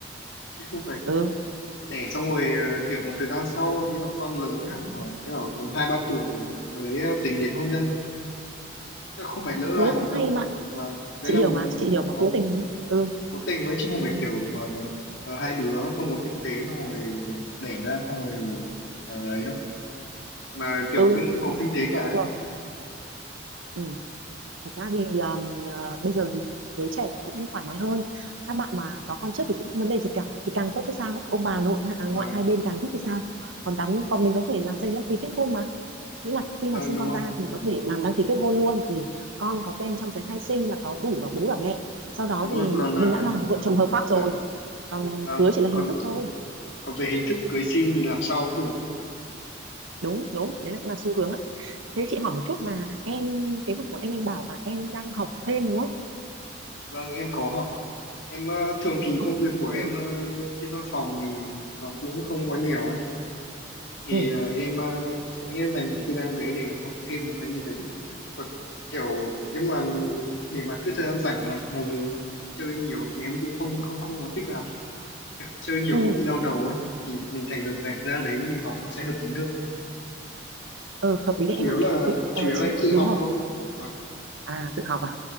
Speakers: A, on the left; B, on the right.
A: chứ không phải
B: ừ
A: đẻ xong rồi ờ, kiểu một thời gian sau thì là con lớn hẳn rồi tức là tầm hai ba tuổi mới ờ, tính đến hôn nhân chứ không phải lỡ làng
B: thế cũng
A: gì đâu
B: hay mà
A: vâng đấy
B: chị
A: là
B: hiểu mà chị hiểu mà
A: vâng
B: cố tình ừ
A: cố tình đấy chứ không phải kiểu ờ, ờ, hai đứa không có kinh tế xong rồi đẻ ra xong rồi ờ, ấy đâu mà kiểu
B: ừ
A: cũng có
B: thật
A: kinh
B: ra
A: tế cả
B: đúng rồi ừ Thật ra thì um, à, bây giờ thì giới trẻ cũng thoải mái hơn. Các bạn mà có con trước thì cũng không vấn đề gì cả. Thì càng tốt chứ sao? Ông bà nội hạ- à,
A: vâng
B: ngoại hai bên càng thích chứ sao? Còn đám còn mình có thể làm giấy đăng ký kết hôn mà. Nghĩa là khi
A: vâng
B: mà sinh
A: đúng
B: con
A: rồi
B: ra thì có thể làm đăng ký kết hôn luôn thì con có tên trong giấy khai sinh là có đủ cả bố cả mẹ. Sau đó
A: đúng
B: thì
A: rồi còn
B: mình
A: à,
B: đã là vợ chồng hợp pháp rồi.
A: dạ
B: Còn
A: vâng
B: cưới chỉ là
A: còn
B: hình thức thôi.
A: còn về hình thức cưới xin thì làm sau cũng được
B: Đúng, đúng, đấy là cũng là xu hướng ấy. Thế chị hỏi một chút là em kế hoạch của em em bảo là em đang học thêm đúng không?
A: vâng em có học em ờ, thường thì
B: Học-
A: công việc của
B: Ừ,
A: em ờ, trên văn phòng thì nó cũng không có nhiều ấy thì
B: ừ,
A: ờ, em ờ, sẽ dành cái thời gian đấy để em học thêm một cái gì đấy Còn kiểu nếu mà để mà cứ thời gian rảnh mà ngồi chơi nhiều thì em cũng không không không có thích lắm Kiểu chơi nhiều
B: ừ.
A: cũng bị đau đầu ấy thì mình thành ra rảnh ra đấy mình học nó sẽ hợp lý hơn
B: ờ hợp
A: Thế
B: lý đấy
A: chủ
B: em
A: yếu
B: ạ
A: là
B: thì
A: chủ
B: à,
A: yếu
B: chị
A: là em tự
B: đúng
A: học
B: rồi
A: thôi và
B: à tự học à